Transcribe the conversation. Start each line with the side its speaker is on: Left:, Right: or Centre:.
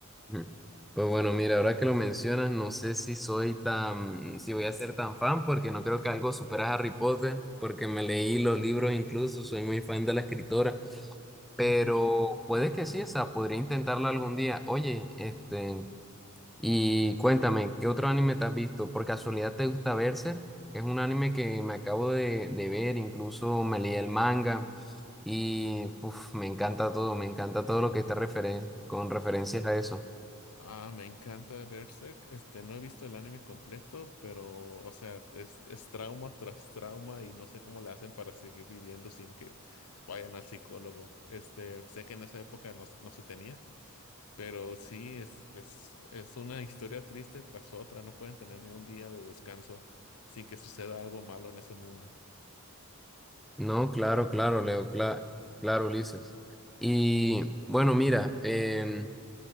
Centre: Ujú. Pues bueno, mira, ahora que lo mencionas, no sé si soy tan, si voy a ser tan fan, porque no creo que algo supera a Harry Potter, porque me leí los libros incluso, soy muy fan de la escritora, pero
Left: <laughs>
Centre: puede que sí, o sea, podría intentarlo algún día. Oye, este, Y cuéntame, ¿qué otro anime te has visto? ¿Por casualidad te gusta Berserk? Es un anime que me acabo de, de ver, incluso me leí el manga y uf, me encanta todo, me encanta todo lo que está referen- con referencias a eso.
Left: Ah, me encanta Berserk. Este, no he visto el anime completo, pero, o sea, es, es trauma tras trauma y no sé cómo le hacen para seguir viviendo sin que vayan al psicólogo. Este, sé que en esa época no, se- no se tenía. Pero sí, es, es, es una historia triste tras otra. No pueden tener ni un día de descanso sin que suceda algo malo en ese mundo.
Centre: No, claro, claro, Leo, cla- claro, Ulises. Y bueno, mira, em,